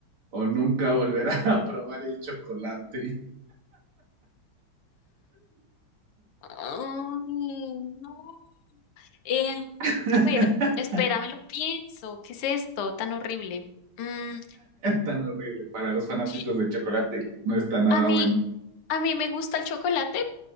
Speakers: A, on the right; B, on the left.
A: o nunca volverá a <laughs> probar el chocolate.
B: Ay, no. Eh, a
A: <laughs>
B: ver, espérame, lo pienso. ¿Qué es esto tan horrible? Mm,
A: Tan horrible. Para los fanáticos
B: chi-
A: de chocolate no está nada
B: a mí,
A: bueno.
B: a mí me gusta el chocolate,